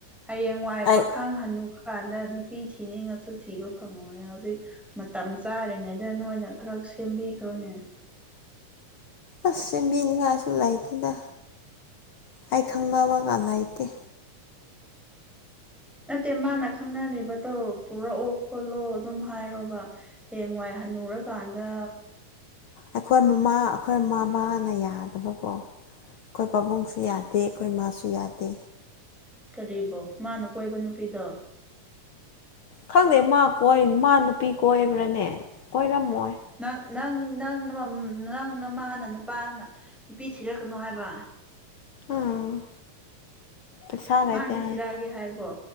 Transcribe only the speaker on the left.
ꯑꯩ
ꯑꯁ ꯁꯦꯝꯕꯤꯅꯤꯡꯉꯥꯏꯁꯨ ꯂꯩꯇꯦꯗ ꯑꯩ ꯈꯪꯅꯕꯒ ꯂꯩꯇꯦ
ꯑꯩꯈꯣꯏ ꯃꯃꯥ ꯑꯩꯈꯣꯏ ꯃꯃꯥꯕꯥꯅ ꯌꯥꯗꯕꯀꯣ ꯑꯩꯈꯣꯏ ꯄꯥꯕꯨꯡꯁꯨ ꯌꯥꯗꯦ ꯑꯩꯈꯣꯏ ꯃꯥꯁꯨ ꯌꯥꯗꯦ
ꯈꯪꯗꯦ ꯃꯥ ꯀꯣꯏ ꯃꯥ ꯅꯨꯄꯤ ꯀꯣꯏꯕ꯭ꯔꯥꯅꯦ ꯀꯣꯏꯔꯝꯃꯣꯏ
ꯎꯝ ꯄꯩꯁꯥ ꯂꯩꯇꯦ
ꯍꯥꯏ